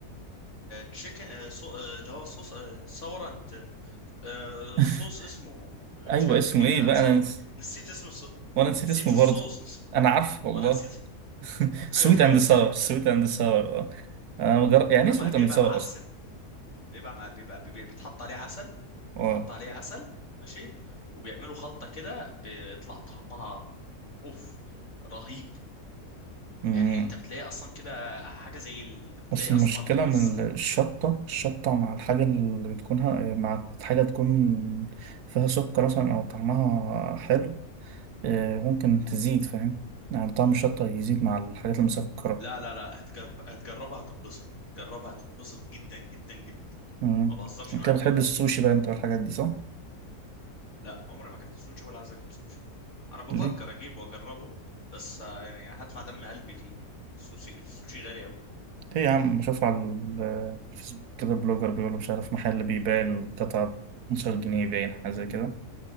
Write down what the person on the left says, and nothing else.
تشيكن اللي هو صوص صور اند آه
صوص اسمه مش
عارف
ايه
اند
ساور
نسيت اسم الصوص
نسيت
الصوص
نس...
وانا نسيت
<laughs>
تبقى
مع...
بيبقى
معسل
بيبقى مع... بيبقى بي... بيتحط عليه عسل
بيتحط عليه عسل ماشي وبيعملوا خلطة كده بيطلع طعمها اوف رهيب
يعني انت بتلاقي اصلا كده حاجة زي اللي بتلاقي
اصلا
الس...
لا لا لا هتجر... هتجربها هتتبسط هتجربها هتتبسط جدا جدا جدا
ما بهزرش
معاك
والله
لا عمري ما اكلت سوشي ولا عايز اكل سوشي انا بفكر
اجيبه واجربه بس آه، يعني هدفع دم قلبي فيه يعني السوشي السوشي غالي قوي